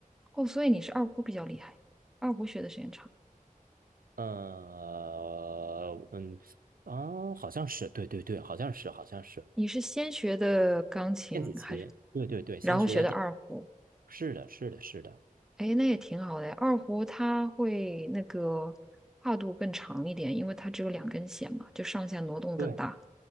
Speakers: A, in the centre; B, on the right.
A: 哦，所以你是二胡比较厉害，二胡学的时间长。
B: 嗯嗯，哦，好像是，对对对，好像是，好像是
A: 你是先学的钢琴还是？
B: 电子琴，对对对，
A: 然后学的二胡，
B: 先学的电，是的，是的，是的，
A: 哎，那也挺好的二胡它会那个跨度更长一点，因为它只有两根弦嘛，就上下挪动更大。
B: 对